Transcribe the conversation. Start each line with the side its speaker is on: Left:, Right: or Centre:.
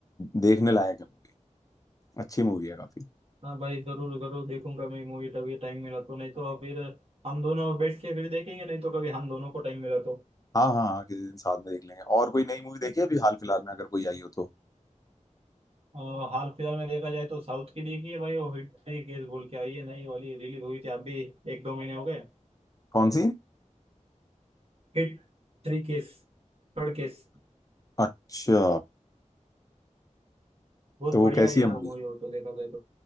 Left: देखने लायक है मूवी अच्छी मूवी है काफी
Right: हाँ भाई जरूर जरूर देखूंगा मैं मूवी तभी टाइम मिला तो नहीं तो फिर हम दोनों बैठ के फिर देखेंगे नहीं तो कभी हम दोनों को टाइम मिला तो
Left: हाँ हाँ हाँ किसी दिन साथ में देख लेंगे और कोई नई मूवी देखी है अभी हाल फिलहाल में अगर कोई आई हो तो
Right: अ, हाल फिलहाल में देखा जाए तो साउथ की देखी है भाई वो हिट थ्री केस बोल के आई है नई वाली रिलीज हुई थी अभी एक दो महीने हो गए
Left: कौन सी
Right: Hit three case Third case
Left: अच्छा
Right: बहुत
Left: तो वो
Right: बढ़िया
Left: कैसी
Right: है यार
Left: है मूवी
Right: मूवी हो तो देखा जाए तो